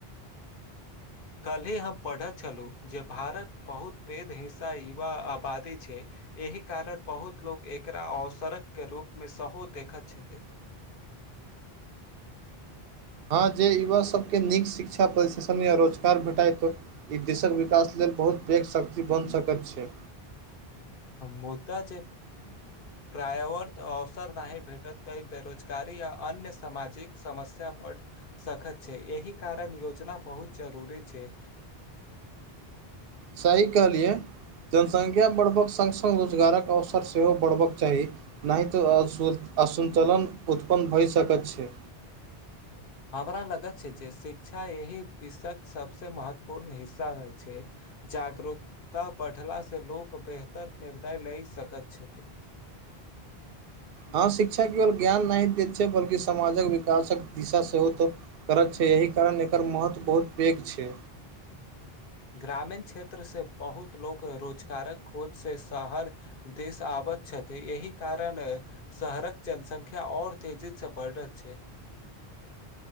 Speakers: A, on the left; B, on the right.
A: कल् ही हम पढ़े छलु जे भारत बहुत पेघ हिस्सा युवा आबादी छै एहि कारण बहुत लोकोग एकरा असरक के रूप मे सेहो देखैत छथि
B: हँ जे युवा सभके नीक शिक्षा प्रशिक्षण या रोजगार भेटाइ त ई देशक विकास लेल बहुत पैघ शक्ति बनि सकैत छै
A: मुद्दा जे
B: <inaudible>
A: प्रायावर्त अवसर नहि भेटत त बेरोजगारी य अन्य सामाजिक समस्य ब सखत छै एहि कारण योजना बहुत जरूरी छै
B: सही कहलियै जनसंख्या बढ़बक सङ्ग सङ्ग रोजगारक अवसर सेहो बढ़बाक चाही नहि तऽ अु असन्तुलन उत्पन्न भय सकैत छै
A: हमरा लगत छै जे शिक्षा यही विश्वक सबसे महत्वपूर्ण हिस्सा छै जागरूकता बढ़ला से लोक बेहतर निर्णय लै सकैत छथिन
B: हँ शिक्षा केवल ज्ञान नहि दै छै बल्कि समाजक विकासक दिशा सेहो तऽ करत छै एहि कारण एकर महत्व बहुत पैघ छै
A: ग्रामीण क्षेत्र से बहुत लोक रोजगारक खोज से शहर देश आबत छथि यही कारण शहरक जनसंख्या और तेजी से बढ़त छै